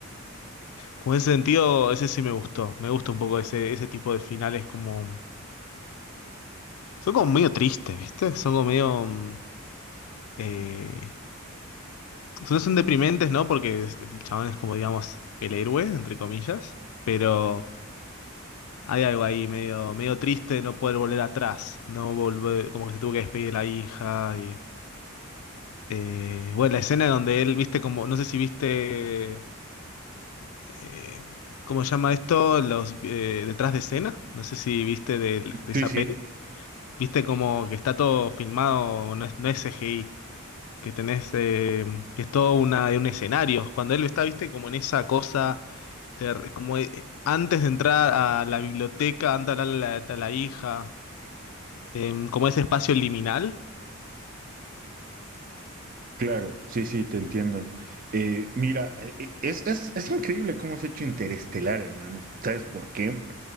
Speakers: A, on the left; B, on the right.
A: como en ese sentido, ese sí me gustó. Me gusta un poco ese, ese tipo de finales como... Son como medio tristes, ¿viste? Son como medio... mm, eh, O sea, son deprimentes, ¿no? Porque es- es- el chabón es como, digamos, el héroe, entre comillas, pero hay algo ahí medio, medio triste de no poder volver atrás, no volver, como que se tuvo que despedir de la hija y... eh, bueno, la escena donde él, viste, como, no sé si viste, eh, ¿cómo se llama esto? Los eh, detrás de escena, no sé si viste del- de, esa
B: Sí, sí.
A: peli, viste como que está todo filmado, no es, no es CGI, que tenés, eh, que es todo una, un escenario, cuando él está, viste, como en esa cosa Ter- como eh, antes de entrar a la biblioteca, antes de hablarle a la, a la hija, em, como ese espacio liminal.
B: Claro, sí, sí, te entiendo. Eh, mira, eh, eh, es, es, es increíble cómo se ha hecho Interestelar, hermano. ¿Sabes por qué?